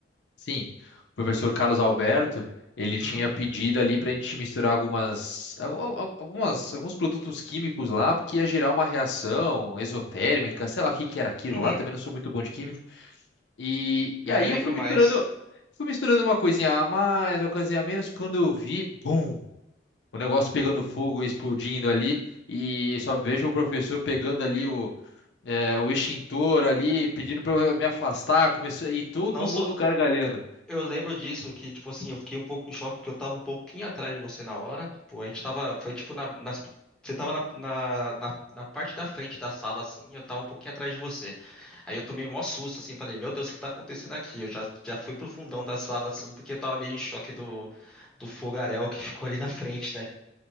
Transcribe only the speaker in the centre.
Uhum,
uhum.
uhum.
Já
nem lembro
mais.
Não sou,
Eu, eu lembro disso, que, tipo assim, eu fiquei um pouco em choque, porque eu tava um pouquinho atrás de você na hora. Tipo, a gente tava. Foi tipo na. nas- você tava na, na, na, na parte da frente da sala, assim, e eu tava um pouquinho atrás de você. Aí eu tomei um maior susto, assim, falei, meu Deus, o que tá acontecendo aqui? Eu já, já fui pro fundão da sala, assim, porque eu tava meio em choque do, do fogaréu que <laughs> ficou ali na frente, né?